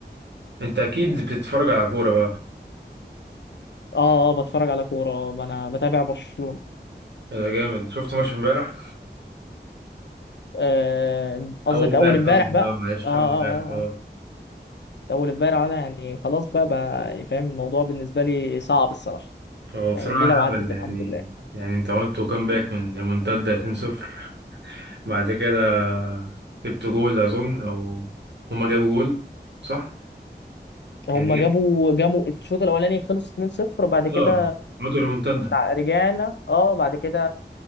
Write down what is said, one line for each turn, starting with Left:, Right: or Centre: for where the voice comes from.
Right: انت اكيد بتتفرج على كورة بقى
Left: اه اه بتفرج على كوره آه، انا بتابع برشلونه
Right: ده جامد شفت ماتش امبارح
Left: آه، قصدك
Right: اول امبارح
Left: اول امبارح
Right: قصدي
Left: بقى
Right: اه معلش
Left: اه اه
Right: اول امبارح
Left: اه
Right: اه
Left: آه. آه. اول امبارح انا يعني خلاص بقى, بقى فاهم الموضوع بالنسبه لي صعب الصراحه
Right: هو
Left: يعني
Right: بصراحة
Left: ليه لو عدت
Right: هبل يعني
Left: الحمد لله
Right: يعني انت عملتوا كام باك من المنتدى 2-0 بعد كده جبت جول اظن او هما جابوا جول صح
Left: هم
Right: يعني جبت
Left: جابوا جابوا الشوط الاولاني خلص 2-0 وبعد كده
Right: اه عملتوا ريمونتادا
Left: تع- رجعنا اه بعد كده